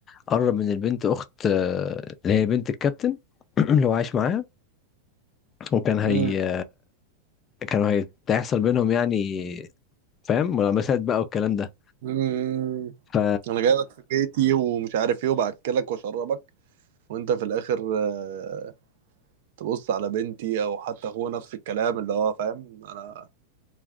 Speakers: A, on the left; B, on the right.
A: قرب من البنت اخت آه، اللي هي بنت الكابتن <clears throat> اللي هو عايش معاها وكان هي
B: مم.
A: كانوا هيحصل بينهم يعني فاهم ملامسات بقى والكلام ده
B: مم.
A: ف
B: انا جاي لك في بيتي ومش عارف ايه وباكلك واشربك وانت في الاخر آه، تبص على بنتي او حتى هو نفس الكلام اللي هو فاهم انا